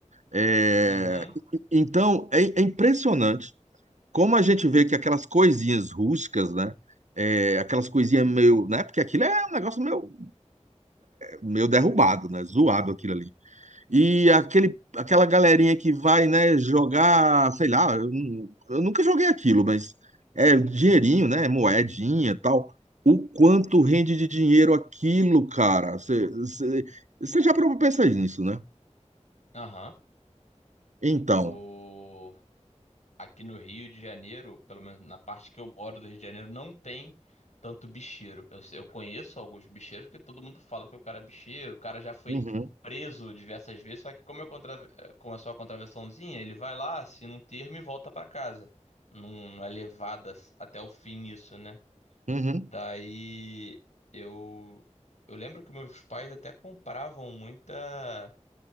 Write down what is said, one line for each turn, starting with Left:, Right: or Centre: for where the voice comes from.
Right: É,
Left: Uhum,
Right: então, é, é impressionante como a gente vê que aquelas coisinhas rústicas, né? é, aquelas coisinhas meio, né? Porque aquilo é um negócio meio, meio derrubado, né? Zoado aquilo ali. E aquele, aquela galerinha que vai, né, jogar, sei lá, eu, nu- eu nunca joguei aquilo, mas é dinheirinho, né, moedinha e tal. O quanto rende de dinheiro aquilo, cara? Você você- você já parou pra pensar nisso, né?
Left: aham.
Right: Então,
Left: O... Aqui no Rio de Janeiro, pelo menos na parte que eu moro do Rio de Janeiro, não tem tanto bicheiro. Eu, eu conheço alguns bicheiros porque todo mundo fala que o cara é bicheiro, o cara já foi
Right: uhum,
Left: preso diversas vezes, só que como eu contra... eh, começou a contravençãozinha, ele vai lá, assina um termo e volta pra casa. Não, não é levada até o fim isso, né?
Right: uhum,
Left: Daí eu eu lembro que meus pais até compravam muita